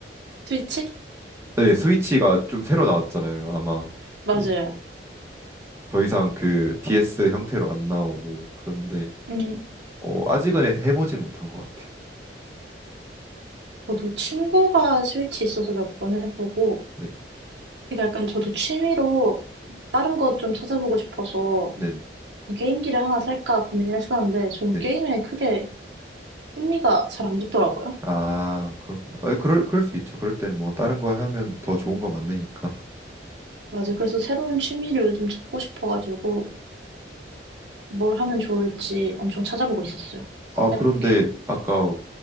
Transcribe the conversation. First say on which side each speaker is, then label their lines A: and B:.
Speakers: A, on the right; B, on the right.
A: 스위치?
B: 네, 스위치가 좀 새로 나왔잖아요. 아마
A: 맞아요.
B: 이, 더 이상 그 DS 형태로 안 나오고 그런데
A: 음,
B: 어, 아직은 해- 해보진 못한 것 같아요.
A: 저도 친구가 스위치 있어서 몇 번 해보고,
B: 네,
A: 그러니까 약간 저도 취미로 다른 거 좀 찾아보고 싶어서
B: 네, 네,
A: 게임기를 하나 살까 고민을 했었는데 저는
B: 네.
A: 게임에 크게 흥미가 잘 안 붙더라고요.
B: 아, 그렇구나. 아, 그럴 그럴 수 있죠. 그럴 때는 뭐 다른 거 하면 더 좋은 거 만드니까.
A: 맞아요. 그래서 새로운 취미를 요즘 찾고 싶어가지고 뭘 하면 좋을지 엄청 찾아보고 있었어요.
B: 아, 그런데
A: 새롭게.
B: 아까